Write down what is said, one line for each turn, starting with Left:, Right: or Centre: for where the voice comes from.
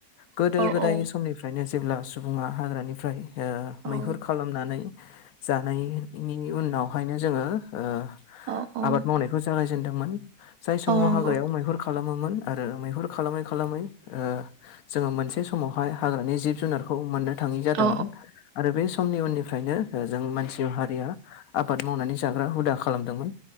Left: गोदो
Right: औ
Left: गोदाय
Right: औ
Left: समनि फ्रायनो जेब्ला सुबुङा हाग्रानिफ्राय ओ
Right: औ
Left: मैहुर खालामनानै जानायनि उनावहायनो जोङो ओ
Right: औ औ
Left: आबाद मावनायखौ जागायजेनदोंमोन। जाय समाव
Right: औ नंगौ
Left: हाग्रायाव मैहुर खालामोमोन आरो मैहुर खालामै खालामै ओ जोङो मोनसे समावहाय हाग्रानि जिब जुनारखौ मोननो थाङै जादोंमोन
Right: औ
Left: आरो बे समनि उननिफ्रायनो जों मानसि हारिया आबाद मावनानै जाग्रा हुदा खालामदोंमोन